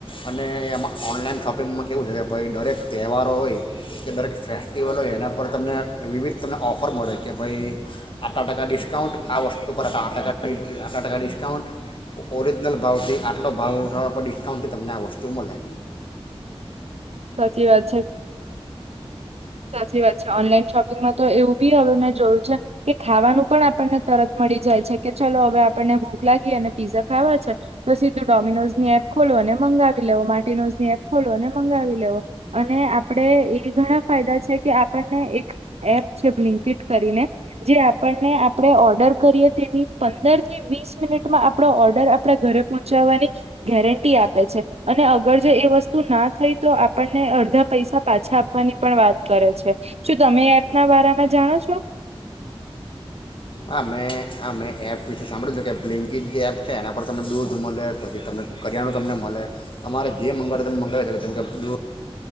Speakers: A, on the left; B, on the right.
A: અને એમાં ઓનલાઈન શોપિંગમાં કેવું છે કે ભઈ દરેક તહેવારો હોય કે દરેક ફેસ્ટિવલ હોય એના પર તમને વિવિધ તમને ઓફર મળે કે ભઈ આટલા ટકા ડિસ્કાઉન્ટ આ વસ્તુ પર આ ટ આટલા ટકા ડિસ્કાઉન્ટ ઓરિજનલ ભાવથી આટલો ભાવ ઉઠાવવા પર કાઉન્ટ તમને આ વસ્તુ મલે
B: સાચી વાત છે, સાચી વાત છે ઓનલાઈન શોપિંગમાં તો એવું બી હવે મેં જોયું છે કે ખાવાનું પણ આપણને તરત મળી જાય છે કે ચલો હવે આપણને ભૂખ લાગી અને પીઝા ખાવા છે તો સીધું ડોમિનોઝ ની એપ બોલો અને મંગા મંગાવી મારટીનોસ ની એપ ખોલો અને મંગાવી અને આપડે એ ઘણા ફાયદા છે કે આપણને એક એપ છે, બ્લિંકિટ કરીને જે આપ આપણને આપડે ઓર્ડર કરીએ તેની પંદર થી વીસ મિનિટમાં આપડો ઓર્ડર આપડા ઘરે પહોંચાવવાની ગેરંટી આપે છે, અને અગર જો એ વસ્તુ ના થઈ તો આપણને અડધા પૈસા પાછા આપવાની પણ વાત કરે છે શું તમે એપના વારામાં જાણો છો?
A: હા, મેં આ મેં એપ વિશે સાંભળ્યું તું કે બ્લિંકિટ જે એપ છે એના પર તમને દૂધ મલે પછી, તમને કરિયાણું તમને મલે તમારે જે મંગાવું તે મંગાવી શકે જેમ કે દૂધ